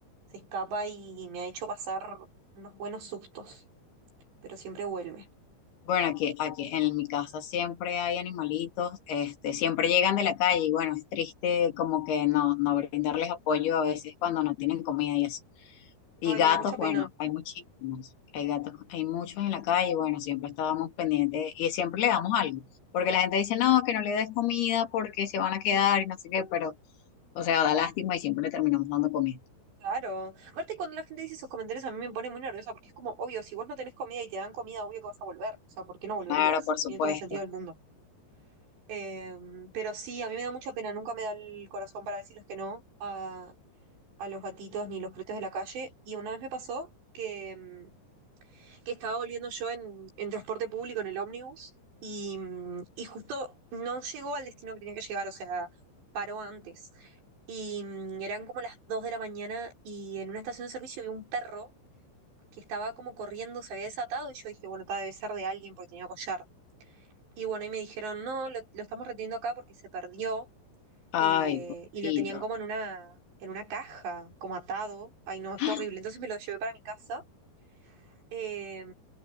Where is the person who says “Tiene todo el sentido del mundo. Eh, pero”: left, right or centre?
Right